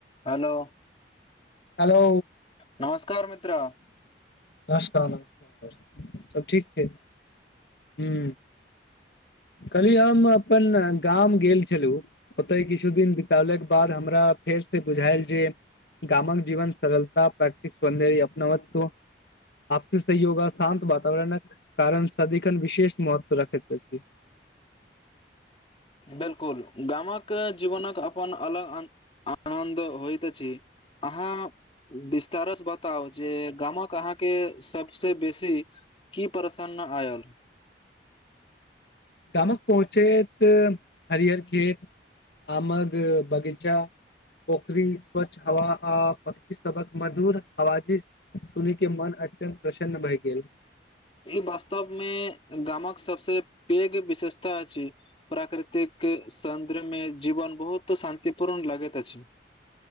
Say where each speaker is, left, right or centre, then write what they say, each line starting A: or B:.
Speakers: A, on the left; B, on the left.
A: हेलो
B: हेलो
A: नमस्कार मित्र
B: नमस्कार न सब ठीक छै हँ कहली हम अपन गाम गेल छलौं ओतय किछु दिन बितलाके बाद हमरा फेरसँ बुझायल जे गामक जीवन सरलता प्रैक्टिकस सौन्द अपनावत आपसी सहयोग आ शान्त वातावरणक कारण सदिखन विशेष महत्व रखैत अछि।
A: बिल्कुल गामक जीवनक अपन अलग आनन्द होइत अछि। अहाँ। विस्तारसँ बताउ जे गाम कऽ अहाँकेँ सभसँ बेसी कि प्रसन्न आयल
B: गाम क पहुँचैत हरिहर खेत आमग बगीचा पोखरी स्वच्छ हवा आ पक्षी सभ कऽ मधुर हवाजी सुनी कऽ मन अत्यन्त प्रसन्न भए गेल।
A: ई वास्तव मे गाम कऽ सभसे पघ विशेषता अछि प्राकृतिक सौन्दर्य मे जीवन बहुत शान्तिपूर्ण लगैत अछि।